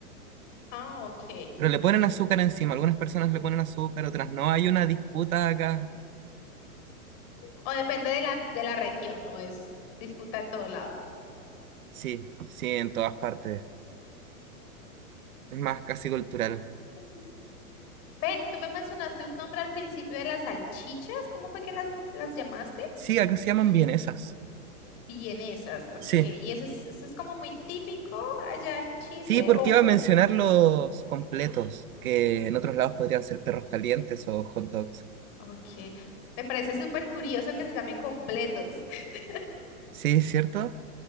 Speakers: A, on the left (about 40°); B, on the right (about 65°).
A: Ah, ok.
B: pero le ponen azúcar encima. Algunas personas le ponen azúcar, otras no. Hay una disputa acá.
A: O depende de la, de la región, o es disputa en todo lado.
B: Sí, sí, en todas partes. Es más, casi cultural.
A: Ok. Ven, tú me mencionaste un nombre al principio de las salchichas. ¿Cómo fue que las, las llamaste?
B: Sí, acá se llaman vienesas.
A: Vienesas. Ok.
B: Sí.
A: ¿Y eso es, eso es como muy típico allá en Chile
B: Sí, porque
A: o...?
B: iba a mencionar los completos, que en otros lados podrían ser perros calientes o hot dogs.
A: Ok. Me parece súper curioso que se llamen completos. <laughs>
B: Sí, es ¿cierto?